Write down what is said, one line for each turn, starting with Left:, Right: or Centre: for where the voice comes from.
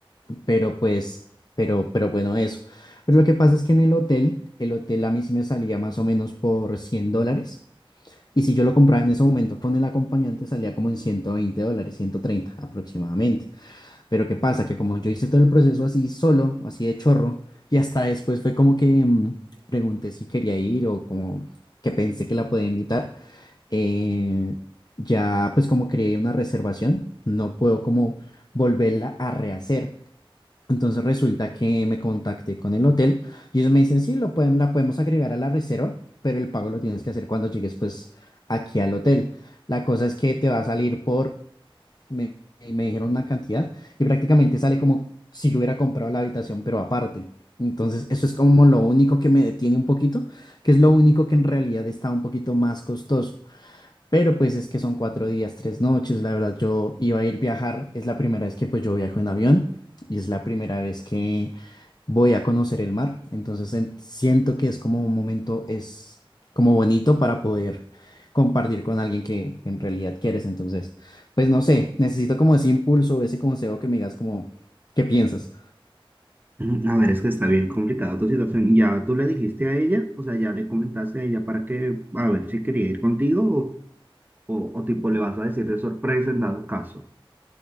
Left: pero pues, pero, pero bueno, eso. Pero lo que pasa es que en el hotel, el hotel a mí sí me salía más o menos por 100 dólares. Y si yo lo compraba en ese momento con el acompañante salía como en 120 dólares, 130 aproximadamente. Pero ¿qué pasa? Que como yo hice todo el proceso así solo, así de chorro, y hasta después fue como que mm, pregunté si quería ir o como que pensé que la podía invitar, eh, ya pues como creé una reservación, no puedo como volverla a rehacer. Entonces resulta que me contacté con el hotel y ellos me dicen, sí, lo pueden, la podemos agregar a la reserva, pero el pago lo tienes que hacer cuando llegues pues aquí al hotel. La cosa es que te va a salir por me, me dijeron una cantidad y prácticamente sale como si yo hubiera comprado la habitación, pero aparte. Entonces, eso es como lo único que me detiene un poquito, que es lo único que en realidad está un poquito más costoso. Pero pues es que son cuatro días, tres noches, la verdad yo iba a ir viajar, es la primera vez que pues yo viajo en avión y es la primera vez que voy a conocer el mar. Entonces en- siento que es como un momento, es como bonito para poder compartir con alguien que, que en realidad quieres. Entonces, pues no sé, necesito como ese impulso, ese consejo que me digas como, ¿qué piensas?
Right: Mm, A ver, es que está bien complicada tu situación. ¿Ya tú le dijiste a ella? O sea, ¿ya le comentaste a ella para que, a ver si quería ir contigo o, o, o tipo le vas a decir de sorpresa en dado caso?